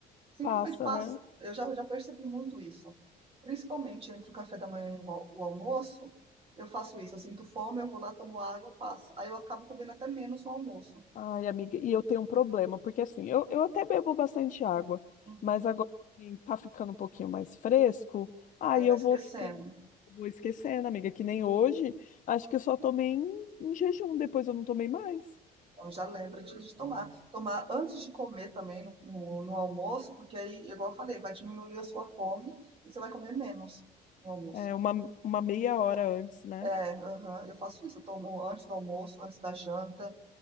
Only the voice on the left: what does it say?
Passa,
né?
Ai, amiga, e eu tenho um problema, porque assim, eu, eu até bebo bastante água,
mas agora assim, tá ficando um pouquinho mais fresco, aí
eu
vou ficando, vou esquecendo, amiga, que nem hoje, acho que eu só tomei em, em jejum, depois eu não tomei mais.
É, uma, uma meia hora antes, né?